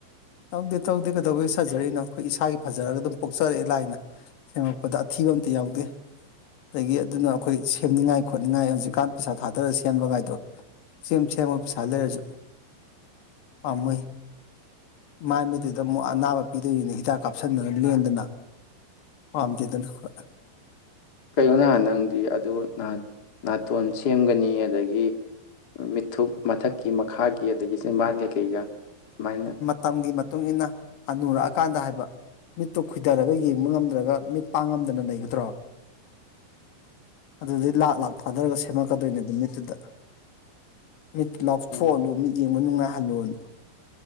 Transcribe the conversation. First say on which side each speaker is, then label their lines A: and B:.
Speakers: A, on the left; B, on the left.
A: ꯇꯧꯗꯦ ꯇꯧꯗꯦ ꯀꯩꯗꯧꯕꯒꯤ ꯁꯔꯖꯔꯤꯅꯣ ꯑꯩꯈꯣꯏ ꯏꯁꯥꯒꯤ ꯐꯖꯔꯒ ꯑꯗꯨꯝ ꯄꯣꯛꯆꯔꯛꯑꯦ ꯂꯥꯏꯅ ꯁꯦꯝꯃꯛꯄꯗ ꯑꯊꯤꯕ ꯑꯝꯇ ꯌꯥꯎꯗꯦ ꯑꯗꯒꯤ ꯑꯗꯨꯅ ꯑꯩꯈꯣꯏ ꯁꯦꯝꯅꯤꯡꯉꯥꯏ ꯈꯣꯠꯅꯤꯡꯉꯥꯏ ꯍꯧꯖꯤꯛꯀꯥꯟ ꯄꯩꯁꯥ ꯊꯥꯗꯔꯒ ꯁꯦꯝꯕꯒꯥꯏꯗꯣ ꯁꯦꯝ ꯁꯦꯝꯃ ꯁꯥ ꯂꯩꯔꯁꯨ ꯄꯥꯝꯃꯣꯏ ꯃꯥꯏ ꯃꯩꯇꯩꯗ ꯑꯃꯨꯛ ꯑꯅꯥꯕ ꯄꯤꯗꯣꯏꯅꯤ ꯍꯤꯗꯥꯛ ꯀꯥꯞꯁꯤꯟꯗꯅ ꯂꯦꯟꯗꯅ ꯄꯥꯝꯗꯦꯗꯅ ꯍꯣꯏ
B: ꯀꯩꯅꯣ ꯅꯍꯥꯟ ꯅꯪꯗꯤ ꯑꯗꯨ ꯅꯍꯥꯟ ꯅꯥ- ꯇꯣꯟ ꯁꯦꯝꯒꯅꯤ ꯑꯗꯒꯤ ꯃꯤꯠꯊꯨꯞ ꯃꯊꯛꯀꯤ ꯃꯥ- ꯈꯥꯒꯤ ꯑꯗꯒꯤ ꯆꯤꯟꯕꯥꯟ ꯀꯩ ꯀꯩꯒꯥ ꯗꯃꯥꯏꯅ
A: ꯇꯝꯒꯤ ꯃꯇꯨꯡ ꯏꯟꯅ ꯍꯅꯨꯔꯛꯑꯀꯥꯟꯗ ꯍꯥꯏꯕ ꯃꯤꯠꯇꯣ ꯈꯨꯏꯗꯔꯒ ꯌꯦꯡꯕ ꯉꯝꯗ꯭ꯔꯒ ꯃꯤꯠ ꯄꯥꯡ ꯉꯝꯗꯅ ꯂꯩꯒꯗ꯭ꯔꯣ ꯑꯗꯨꯗꯩ ꯂꯥꯛ ꯂꯥꯛ ꯊꯥꯗꯔꯒ ꯁꯦꯝꯃꯛꯀꯗꯣꯏꯅꯦ ꯑꯗꯨ ꯃꯤꯠꯇꯨꯗ ꯃꯤꯠ ꯂꯥꯎꯊꯣꯛꯍꯜꯂꯨ
B: ꯎꯝ
A: ꯃꯤꯠ ꯌꯦꯡꯕ ꯅꯨꯡꯉꯥꯏꯍꯜꯂꯣꯅ